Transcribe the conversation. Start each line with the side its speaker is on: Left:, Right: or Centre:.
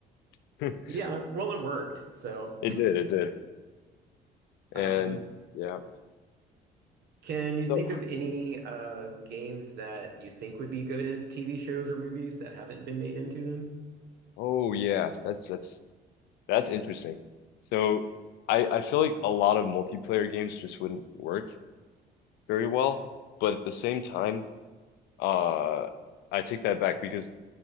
Left: it.
Right: Yeah,
Left: <laughs>
Right: well it worked. So,
Left: It did, it did.
Right: um
Left: And yeah.
Right: Can you
Left: So,
Right: think of any uh, games that you think would be good as TV shows or movies that haven't been made into them?
Left: oh yeah, that's that's that's interesting. So, I I feel like a lot of multiplayer games just wouldn't work very well, but at the same time Uh, I take that back because